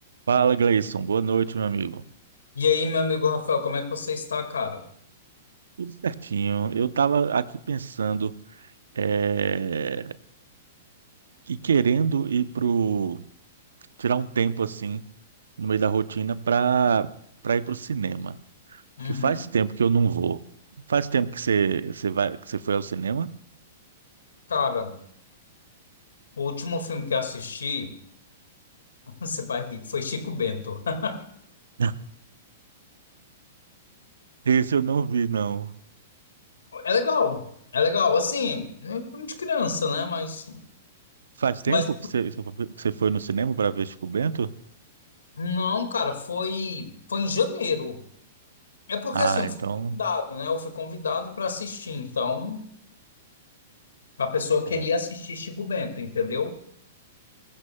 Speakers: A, on the right; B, on the left.
A: Fala, Gleison. Boa noite, meu amigo.
B: E aí, meu amigo Rafael, como é que você está, cara?
A: Tudo certinho. Eu estava aqui pensando é, e querendo ir pro tirar um tempo assim no meio da rotina para para ir pro cinema, porque
B: Uhum.
A: faz tempo que eu não vou. Faz tempo que você você vai que você foi ao cinema?
B: Cara, o último filme que eu assisti, <laughs> você vai rir, foi Chico Bento. <laughs>
A: <laughs> Esse eu não vi, não.
B: É legal, é legal, assim, é um filme de criança, né? Mas,
A: Faz tempo
B: mas
A: que você que você foi no cinema para ver Chico Bento?
B: não, cara, foi, foi em janeiro. É porque,
A: Ah,
B: assim, eu
A: então,
B: fui convidado, né? Eu fui convidado para assistir, então a pessoa
A: é.
B: queria assistir Chico Bento, entendeu?